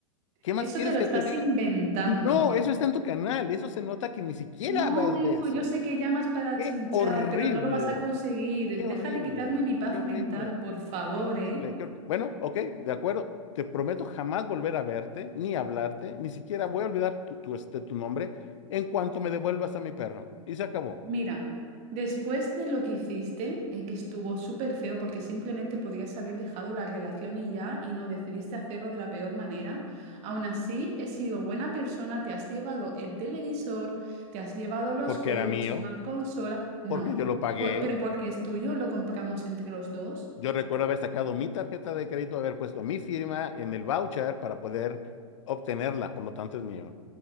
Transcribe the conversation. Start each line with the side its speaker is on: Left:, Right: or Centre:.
Left: ¿Qué más
Right: Eso
Left: quieres
Right: te lo
Left: que
Right: estás
Left: te diga?
Right: inventando.
Left: No, eso está en tu canal. Eso se nota que ni siquiera
Right: No,
Left: vas
Right: hijo,
Left: de eso.
Right: yo sé que llamas para
Left: Qué
Right: chinchar,
Left: horrible,
Right: pero no lo vas a conseguir.
Left: qué
Right: Deja
Left: horrible,
Right: de quitarme mi paz
Left: qué horrible,
Right: mental, por favor,
Left: qué horrible,
Right: ¿eh?
Left: qué hor- Bueno, ok, de acuerdo. Te prometo jamás volver a verte, ni hablarte, ni siquiera voy a olvidar tu, tu, este, tu nombre en cuanto me devuelvas a mi perro. Y se acabó.
Right: Mira, después de lo que hiciste, eh, que estuvo súper feo porque simplemente podrías haber dejado la relación y ya, y no decidiste hacerlo de la peor manera, aún así he sido buena persona, te has llevado el televisor, te has llevado los
Left: Porque
Right: juegos,
Left: era mío,
Right: la consola, no,
Left: porque yo lo pagué.
Right: Por- pero porque es tuyo, lo compramos entre los dos.
Left: Yo recuerdo haber sacado mi tarjeta de crédito, haber puesto mi firma en el voucher para poder obtenerla. Por lo tanto, es mío.